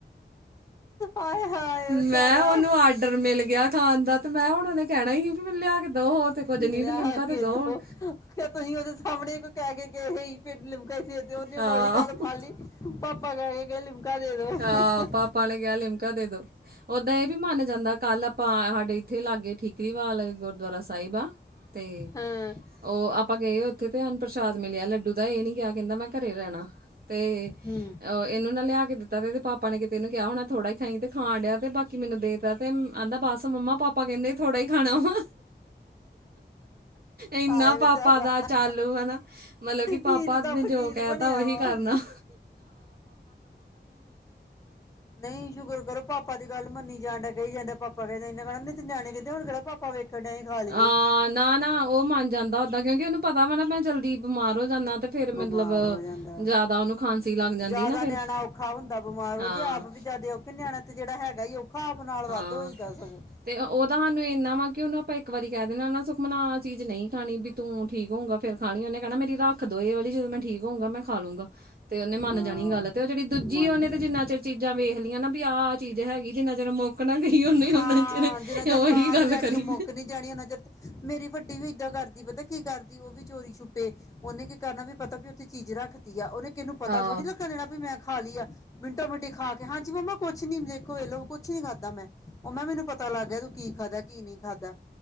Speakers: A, on the left; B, on the right.
A: ਆਏ ਹਾਏ ਵਿਚਾਰਾ
B: ਮੈਂ ਉਹਨੂੰ ਆਡਰ ਮਿਲ ਗਿਆ ਖਾਣ ਦਾ ਤੇ ਮੈਂ ਹੁਣ ਉਹਨੇ ਕਹਿਣਾ ਹੀ ਸੀ ਵੀ ਮੈ ਲਿਆ ਕੇ ਦੋ ਹੋ ਤੇ ਕੁੱਝ
A: ਲਿਆ
B: ਨੀਂ ਲਿਮਕਾ ਤੇ
A: ਕੇ
B: ਦੋ
A: ਤੁਸੀਂ
B: ਹੁਣ
A: ਉਹਦੇ ਸਾਹਮਣੇ ਕੋਈ ਕਹਿ ਕੇ ਗੇ ਪਿੰਡ ਲਿਮਕੇ ਸੀ ਤੇ ਉਹਦੀ
B: ਹਾਂ
A: ਉਹੀ ਗੱਲ ਫੜਲੀ ਪਾਪਾ ਕਿਹ ਕੇ ਗਏ ਲਿਮਕਾ ਦੇ ਦੋ। <unintelligible>
B: ਹਾਂ ਪਾਪਾ ਨੇ ਕਿਹਾ ਲਿਮਕਾ ਦੇ ਦੋ। ਓਦਾਂ ਇਹ ਵੀ ਮੰਨ ਜਾਂਦਾ ਕੱਲ ਆਪਾਂ ਹਾਡੇ ਇੱਥੇ ਲਾਗੇ ਠੀਕਰੀਵਾਲ ਗੁਰਦੁਆਰਾ ਸਾਹਿਬ ਆ। ਤੇ,
A: ਹਾਂ
B: ਓ ਆਪਾਂ ਗਏ ਉੱਥੇ ਤੇ, ਅਨ ਪ੍ਰਸ਼ਾਦ ਮਿਲਿਆ ਲੱਡੂ ਦਾ ਏਹ ਨੀ ਗਿਆ, ਕੈਂਦਾ ਮੈਂ ਘਰੇ ਰੈਨਾ, ਤੇ
A: ਹੂੰ।
B: ਅਹ ਇਨੂੰ ਨਾ ਲਿਆ ਕੇ ਦਿੱਤਾ, ਤੇ ਪਾਪਾ ਨੇ ਕਿਤੇ ਇਨੂੰ ਕਿਆ ਹੋਨਾ ਥੋੜਾ ਈ ਖਾਈਂ, ਤੇ ਖਾਣ ਡਿਆ ਤੇ ਬਾਕੀ ਮੈਨੂੰ ਦੇ, ਦਿਤਾ, ਤੇ ਆਂਦਾ ਬਸ ਮੰਮਾ, ਪਾਪਾ ਕੈਂਦੇ ਥੋੜਾ ਈ ਖਾਣਾ ਵਾ। ਏਨਾ,
A: ਹਾਏ ਵਿਚਾਰਾ
B: ਪਾਪਾ ਦਾ ਚਾਲੂ ਐ ਨਾ, ਮਤਲਬ ਕਿ ਪਾਪਾ
A: ਈਦ ਦਾ
B: ਨੇ ਜੋ
A: ਫਕੀਰ
B: ਕੇਹ
A: ਬਣਿਆ
B: ਤਾ ਓਹੀ
A: ਵਾ
B: ਕਰਨਾ <unintelligible>
A: ਨਈ ਸ਼ੁਕਰ ਕਰੋ ਪਾਪਾ ਦੀ ਗੱਲ ਮੰਨੀ ਜਾਨ ਡੇਆ ਕਈ ਜਾਂਦਾ ਪਾਪਾ ਕੈੰਦੇ ਇਨਾਂ ਕੇਹਣਾ ਨਈ ਤੇ ਨਿਆਣੇ ਕੈੰਦੇ ਹੁਣ ਕੇਹੜਾ ਪਾਪਾ ਭਾਵੇਂ ਇਕ ਟਾਈਮ ਖਾ ਲੀਏ,
B: ਹਾਂ ਨਾ- ਨਾ ਉਹ ਮੰਨ ਜਾਂਦਾ ਓਦਾਂ ਕਿਉਂਕਿ ਉਨੂੰ ਪਤਾ ਵਾ ਨਾ ਮੈਂ ਜਲਦੀ ਬਿਮਾਰ ਹੋ ਜਾਂਨਾ। ਤੇ ਫੇਰ
A: ਬਿਮਾਰ
B: ਮਤਲਬ
A: ਹੋ ਜਾਂਦਾ,
B: ਜ਼ਿਆਦਾ ਉਹਨੂੰ ਖਾਂਸੀ ਲੱਗ ਜਾਂਦੀ
A: ਜਾਦਾ
B: ਨਾ ਫੇਰ
A: ਨਿਆਣਾ ਔਖਾ ਹੁੰਦਾ, ਬਿਮਾਰ ਹੋ
B: ਹਾਂ
A: ਜੀ ਆਪ ਵੀ ਜਿਆਦੇ ਔਖਾ ਕਿ ਨਿਆਣਾ ਤੇ ਜੇਹੜਾ ਹੈਗਾ ਈ ਔਖਾ, ਆਪ ਨਾਲ
B: ਹਾਂ
A: ਵਾਧੂ ਹੋਈਦਾ ਸਗੋਂ।
B: ਤੇ, ਉਹਦਾ ਸਾਨੂੰ ਇੰਨਾ ਵਾ ਕਿ ਉਨੂੰ ਆਪਾਂ ਇੱਕ ਵਾਰੀ ਕੇਹ ਦੇੰਦੇ ਆ ਨਾ ਸੁਖਮਨ ਆ ਚੀਜ ਨਈ ਖਾਣੀ ਬੀ ਤੂੰ, ਠੀਕ ਹੋਊਂਗਾ ਫੇਰ ਖਾ ਲਈਂ, ਉਨੇ ਕੇਹਣਾ ਮੇਰੀ ਰੱਖ ਦੋ ਏ ਵਾਲੀ ਜਦੋਂ ਮੈਂ ਠੀਕ ਹੋਊਂਗਾ ਮੈਂ ਖਾ ਲੂੰਗਾ। ਤੇ ਓਨੇ ਮੰਨ
A: ਹਾਂ
B: ਜਾਣੀ ਗੱਲ, ਤੇ ਓ ਜੇਹੜੀ ਦੂਜੀ
A: ਮੰਨ
B: ਓਨੇ
A: ਜਾਣ
B: ਤੇ ਜਿੰਨਾ ਚਿਰ ਚੀ ਜਾਂ, ਵੇਖ ਲਈਏ ਨਾ, ਵੀ ਆਹ -ਆਹ ਚੀਜ਼ ਹੈਗੀ ਜਿੰਨਾ ਚਿਰ ਨਾ ਗਈ ਉਹਨੇ
A: ਖਾ,
B: ਉਹਨਾਂ ਚਿਰ
A: ਜਿੰਨਾ ਚਿਰ
B: ਉਹੀ
A: ਖਾ
B: ਗੱਲ
A: ਨੀ ਲੈਣੀ
B: ਕਰੀ
A: ਓ ਮੁੱਕ ਨੀ ਜਾਣੀ ਓਨਾ ਚਿਰ ਮੇਰੀ ਵੱਡੀ ਵੀ ਏਦਾਂ ਕਰਦੀ, ਪਤਾ ਕੀ ਕਰਦੀ ਓ ਵੀ ਚੋਰੀ ਛੁਪੇ ਓਨੇ ਕੀ ਕਰਨਾ, ਵੀ ਪਤਾ ਵੀ ਉੱਥੇ ਚੀਜ਼ ਰੱਖਤੀ ਆ ਓਹਨੇ, ਕਿਹਨੂੰ ਪਤਾ
B: ਆਹ
A: ਥੋੜ੍ਹੀ ਲੱਗਣ ਦੇਣਾ ਵੀ ਮੈਂ ਖਾ ਲਈ ਆ। ਮਿੰਟੋ -ਮਿੰਟੀ ਖਾ ਕੇ, ਹਾਂਜੀ ਮੰਮਾ ਕੁਛ ਨੀ, ਦੇਖੋ ਏਹ ਲੋ ਕੁਛ ਨੀ ਖਾਧਾ ਮੈਂ ਓ ਮੈਂ ਕੇਆ, ਮੈਨੂੰ ਪਤਾ ਲੱਗ ਗਿਆ, ਤੂੰ ਕੀ ਖਾਦਾ, ਕੀ ਨਹੀਂ ਖਾਦਾ।